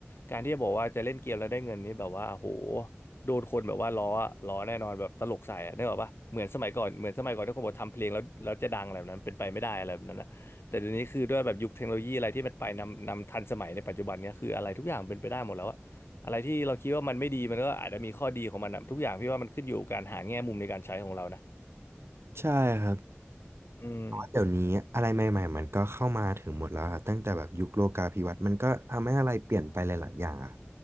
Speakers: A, on the left; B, on the right.
A: การที่จะบอกว่าจะเล่นเกมแล้วได้เงินนี่แบบว่าโหโดนคนแบบว่าล้อล้อแน่นอนแบบตลกใส่อะนึกออกปะเหมือนสมัยก่อนเหมือนสมัยก่อนที่คนบอกทำเพลงแล้วแล้วจะดังอะไรแบบนั้นเป็นไปไม่ได้อะไรแบบนั้นนะแต่เดี๋ยวนี้คือด้วยแบบยุคเทคโนโลยีอะไรที่มันไปนำนำทันสมัยในปัจจุบันเนี้ยคืออะไรทุกอย่างเป็นไปได้หมดแล้วอะอะไรที่เราคิดว่ามันไม่ดีมันก็อาจจะมีข้อดีของมันอะทุกอย่างพี่ว่ามันขึ้นอยู่กับการหาแง่มุมในการใช้ของเรานะ
B: ใช่ครับ
A: อืม
B: เพราะเดี๋ยวนี้อะไรใหม่ๆมันก็เข้ามาถึงหมดแล้วครับตั้งแต่แบบยุคโลกาภิวัตน์มันก็ทำให้อะไรเปลี่ยนไปหลายๆอย่างอะ